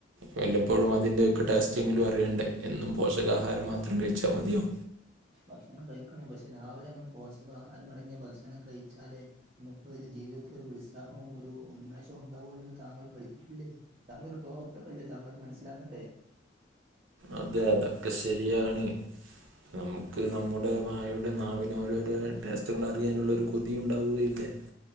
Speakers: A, on the right; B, on the right.
A: വല്ലപ്പോഴും അതിന്റെയൊക്കെ ടെസ്റ്റെങ്കിലും അറിയണ്ടേ എന്നും പോഷകാഹാരം മാത്രം കഴിച്ചാ മതിയോ
B: ഭക്ഷണം കഴിക്കണം പക്ഷെ രാവിലെ നമ്മള് പോഷകാഹാരം അടങ്ങിയ ഭക്ഷണം കഴിച്ചാലേ നമുക്ക് ഒരു ജീവിതത്തില് ഒരു ഉത്സാഹവും ഒരു ഉന്മേഷവും ഉണ്ടാവുളെന്ന് താങ്കൾ പഠിച്ചിട്ടില്ലേ താങ്ങളൊരു ഡോക്ടർ അല്ലേ തങ്ങളത് മനസ്സിലാക്കണ്ടേ
A: അതെ അതൊക്കെ ശരിയാണ് നമുക്ക് നമ്മുടെ വായുടെ നാവിന് ഓരോരോ ടേസ്റ്റുകൾ അറിയാനുള്ളൊരു കൊ കൊതി ഉണ്ടാവുകയില്ലേ